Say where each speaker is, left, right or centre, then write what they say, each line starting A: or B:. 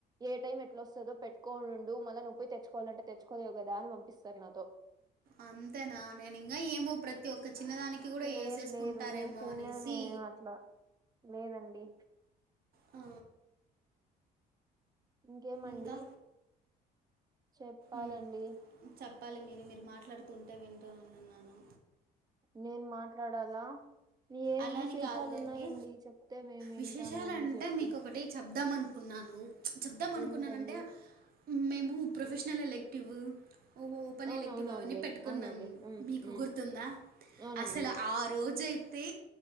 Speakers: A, on the right; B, on the right.
A: ఏ టైం ఎట్లా వస్తుందో పెట్టుకోనిండు మళ్ళా నొప్పికి తెచ్చుకోవాలంటే తెచ్చుకోలేవు కదా అని పంపిస్తారు నాతో
B: అంతేనా నేను ఇంకా ఏమో ప్ర తి ఒక్క చిన్నదానికి కూడా
A: లేదు
B: వేసేసుకుంటారేమో
A: లేదు నేను తినను
B: అనేసి
A: నేను అట్లా లేదండి
B: ఆ
A: ఇంకేమండి
B: ఇంకా
A: చెప్పాలండి
B: మ్, చెప్పాలి మీరే మీరు మాట్లాడుతుంటే వింటూ ఉన్నాను
A: నేను మాట్లాడాలా ఏం
B: అలా
A: విశేషాలు
B: అని కాదులేండి
A: ఉన్నాయండి చెప్తే మేము వింటామ్
B: విశేషాలు
A: మీరు
B: అంటే
A: చెప్తే
B: మీకు ఒకటి చెప్దాం అనుకున్నాను చెప్దాం అనుకున్నానుంటే
A: ఏంటండి
B: మేము ప్రొఫెషనల్ ఎల్లక్టివ్ ఓ ఓపెన్
A: అవునవునండి.
B: ఎలెక్టివ్ అవన్నీ పెట్టుకున్నాం
A: అవునండి. హ్మ్.
B: మీకు
A: హ్మ్.
B: గుర్తుందా
A: అవునండి.
B: అసలు ఆ రోజయితే